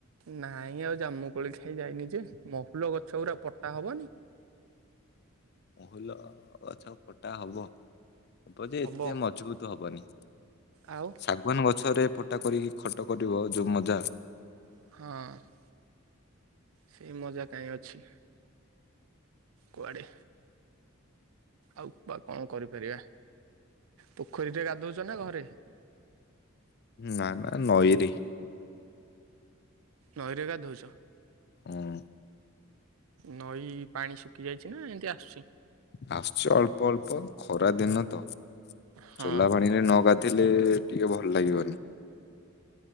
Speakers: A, on the right; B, on the left.
A: ନାଇଁ ଆଉ ଜାମୁକୋଳି ଖାଇ ଯାଇନି ଯେ, ମହୁଲ ଗଛ ଗୁରା ପଟା ହବନି?
B: ମହୁଲ ଗଛ କଟା ହବ। ହବ ଯେ
A: ହବ
B: ଏତେ ମଜବୁତ ହବନି।
A: ଆଉ।
B: ଶାଗୁଆନ ଗଛରେ ପୋଟା କରିକି ଖଟ କରିବ ଯୋଉ ମଜା।
A: ହଁ। ସେଇ ମଜା କାଇଁ ଅଛି। କୁଆଡେ। ଆଉ ବା କଣ କରିପାରିବା। ପୋଖରୀରେ ଗାଧଉଚନା ଘରେ?
B: ନା ନା ନଇରେ।
A: ନଈରେ ଗାଧୋଉଚ?
B: ହଁ
A: ନଈ ପାଣି ଶୁଖି ଯାଇଛି ନା ଏମିତି ଆସୁଚି।
B: ଆସୁଚି ଅଳ୍ପ ଅଳ୍ପ ଖରା ଦିନ ତ।
A: ହଁ
B: ଚୋଲା ପାଣିରେ ନ ଗାଧିଲେ ଟିକେ ଭଲ ଲାଗିବନି।